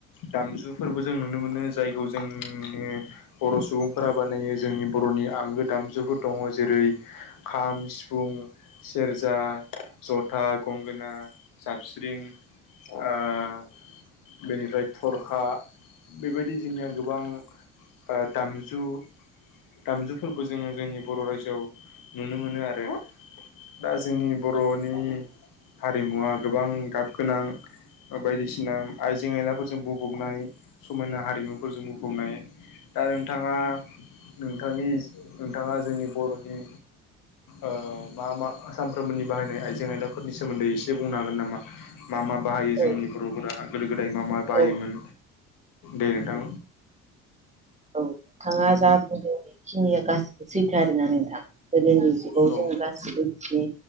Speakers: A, on the left (about 55°); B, on the right (about 15°).
A: दामजुफोरबो जों नुनो मोनो जायखौ जोंनि बर' सुबुं फोरा बानायनायो जोंनि बर'नि आंगो दामजुफोर दङ जेरै खाम सिफुं सेरजा जथा गंगोना साबस्रिं ओ बेनिफ्राय थरखा बेबायदि जोंनिया गोबां ओ दामजु दामजुफोरबो जोङो जोंनि बर' रायजोआव नुनो मोनो आरो दा जोंनि बर'नि हारिमुवा गोबां गाब गोनां ओ बायदिसिना आइजें आयलाफोरजों बुफबनाय समायना हारिमुफोरजों बुंफबनाय दा नोंथाङा नोंथांनि नोंथाङा जोंनि बर'नि ओ मा मा सामफ्रोमबोनि बाहायनाय आइजें आइलाफोरनि सोमोन्दै एसे बुंनो हागोन नामा मा मा बाहायो
B: औ
A: जोंनि बर'फोरा गोदो गोदाय मा मा
B: औ
A: बाहायोमोन दे नोंथां
B: औ नोंथाङा जा बुंदों बेखिनिया गासिबो सैथो आरोना नोंथां गोदोनि जुगाव
A: औ
B: जों गासिबो दि